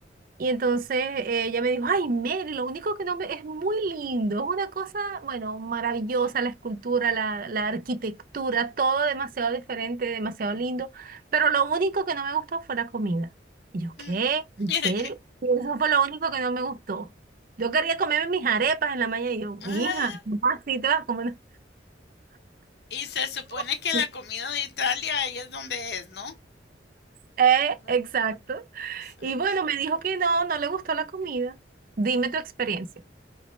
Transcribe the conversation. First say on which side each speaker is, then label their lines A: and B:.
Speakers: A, on the right (about 50°); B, on the left (about 60°).
A: Y entonces eh, ella me dijo, ay, Mary, lo único que no me... es muy lindo, es una cosa, bueno, maravillosa, la escultura, la, la arquitectura, todo demasiado diferente, demasiado lindo, pero lo único que no me gustó fue la comida. Y yo, ¿qué?
B: mm.
A: ¿En
B: <laughs>
A: serio? Y eso fue lo único que no me gustó. Yo quería comerme mis arepas en la mañana y yo, mija,
B: Ah,
A: ¿cómo así te vas a comer?
B: y se supone
A: <laughs>
B: que la
A: una-?"
B: comida de Italia ahí es donde es, ¿no?
A: Eh,
B: Ma-
A: exacto.
B: Exacto.
A: Y bueno, me dijo que no, no le gustó la comida. Dime tu experiencia.